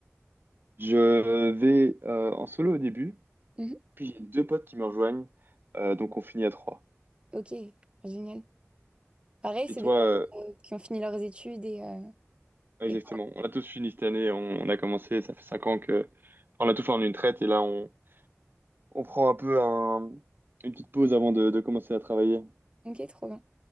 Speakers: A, on the right; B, on the right.
A: Je vais euh, en solo au début.
B: Mhm.
A: Puis j'ai deux potes qui me rejoignent, euh, donc on finit à trois.
B: Ok. Génial. Pareil, c'est
A: Et toi,
B: des personnes
A: euh,
B: euh, qui ont fini leurs études et... euh,
A: exactement,
B: et...
A: on a tous fini cette année, on, on a commencé, ça fait cinq ans que enfin, on a tout fait en une traite, et là on, on prend un peu un- une petite pause avant de, de commencer à travailler.
B: Ok, trop bien.